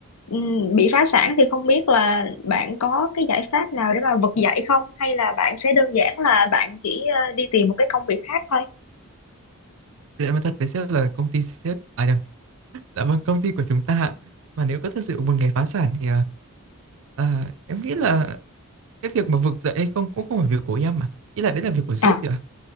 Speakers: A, on the left; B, on the right.
A: Ừm, bị phá sản thì không biết là bạn có cái giải pháp nào để mà vực dậy không hay là bạn sẽ đơn giản là bạn chỉ ờ, đi tìm một cái công việc khác thôi?
B: Thì em nói thật với sếp là công ty sếp à nhầm, dạ vâng công ty của chúng ta ạ. Mà nếu có thật sự một ngày phá sản thì à, à, em nghĩ là cái việc mà vực dậy hay không cũng không phải việc của em mà. Ý là đấy là việc của sếp
A: à
B: thì ạ